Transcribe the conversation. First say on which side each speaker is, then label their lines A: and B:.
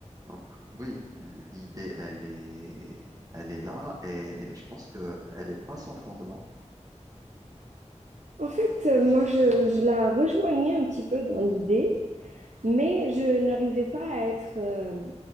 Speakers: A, on the right; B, on the right.
A: Donc oui, l'idée, elle est, elle est là et je pense que elle est pas sans fondement.
B: En fait, euh, moi, je, je la rejoignais un petit peu dans l'idée, mais je n'arrivais pas à être euh,